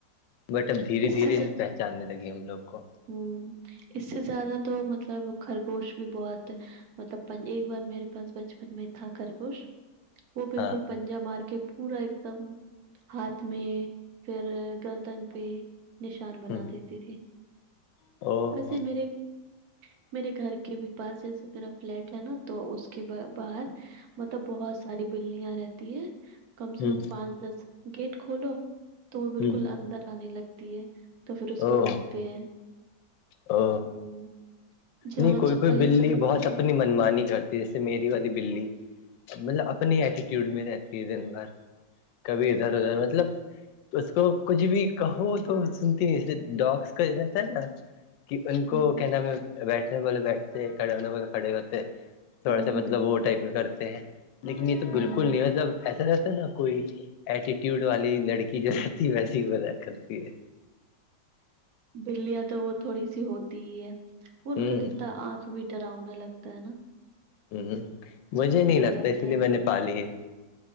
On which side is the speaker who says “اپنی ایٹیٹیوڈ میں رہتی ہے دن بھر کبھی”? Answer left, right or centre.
Left